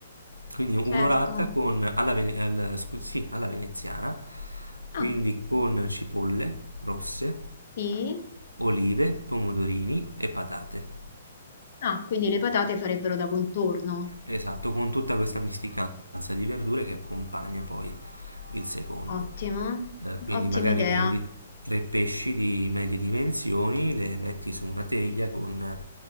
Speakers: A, on the right; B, on the left.
A: Quindi un'orata
B: certo.
A: con, alla, vene- al- scu- sì, alla veneziana, quindi
B: Ah,
A: con cipolle rosse,
B: sì.
A: olive, pomodorini e patate.
B: Ah, quindi le patate farebbero da contorno.
A: Esatto, con tutta questa misticanza di verdure che accompagna poi il secondo.
B: Ottimo,
A: Eh, quindi
B: ottima
A: magari
B: idea.
A: prendi tre pesci di medie dimensioni, le metti su una teglia con,